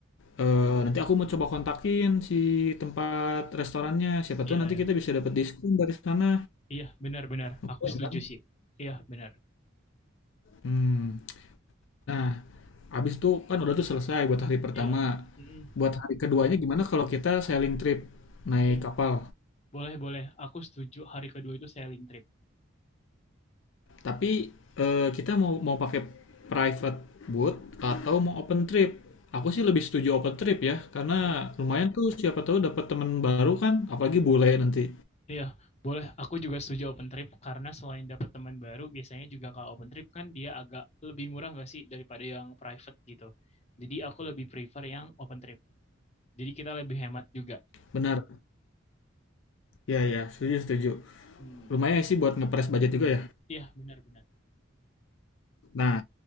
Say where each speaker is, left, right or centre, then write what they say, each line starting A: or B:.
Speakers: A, on the left; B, on the left.
A: eh, nanti aku mau coba kontakin si tempat restorannya. Siapa tahu
B: iya,
A: nanti
B: iya.
A: kita bisa dapat diskon dari sana.
B: Iya, benar-benar.
A: Oke
B: Aku setuju
A: kan?
B: sih. Iya, benar.
A: Hmm. Nah, abis itu kan udah tuh selesai buat hari pertama.
B: Iya. Mm-mm.
A: Buat hari keduanya gimana kalau kita sailing trip naik
B: Ya,
A: kapal?
B: boleh, boleh. Aku setuju hari kedua itu sailing trip.
A: Tapi eh, kita mau mau pakai private boat atau mau open trip? Aku sih lebih setuju open trip ya, karena
B: Iya.
A: lumayan tuh siapa tahu dapat teman baru kan, apalagi bule nanti.
B: Iya, boleh. Aku juga setuju open trip karena selain dapat teman baru, biasanya juga kalau open trip kan dia agak lebih murah nggak sih daripada yang private gitu. Jadi aku lebih prefer yang open trip. Jadi kita lebih hemat juga.
A: Benar. Ya ya, setuju setuju.
B: Hmm.
A: Lumayan sih buat ngepres budget juga ya.
B: Iya, benar-benar.
A: Nah,